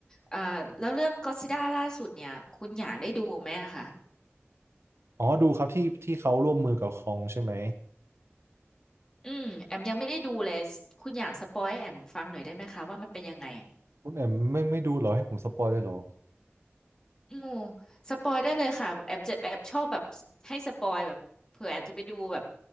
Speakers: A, on the left; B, on the right.
A: อ่าแล้วเรื่องก็ d z ซิล่าล่าสุดเนี่ยคุณอยากได้ดูไหมอะคะ
B: อ๋อดูครับที่ที่เขาร่วมมือกับคองใช่ไหม
A: อืมแอมยังไม่ได้ดูเลยคุณอยากสปอยให้แอมฟังหน่อยได้ไหมคะว่ามันเป็นยังไง
B: คุณแอมไม่ไม่ดูเหรอให้ผมสปอยเลยเหรอ
A: อืมสปอยได้เลยค่ะแอมจะแอบชอบแบบให้สปอยแบบเผื่อแอมจะไปดูแบบ